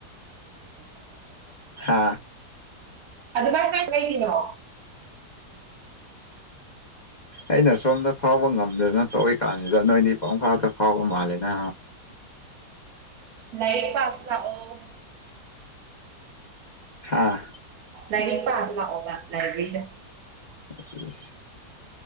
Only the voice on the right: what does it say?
ꯑꯗ ꯃꯥꯥꯏ ꯀꯩ ꯀꯅꯣ
ꯅꯏꯠ ꯄꯥꯁ ꯂ ꯑꯣ
ꯂꯥꯏꯅꯤꯡꯛ ꯄꯁꯤ ꯂꯥꯛꯑꯣꯕ ꯂꯥꯏꯕ꯭ꯔꯦꯔꯤꯗ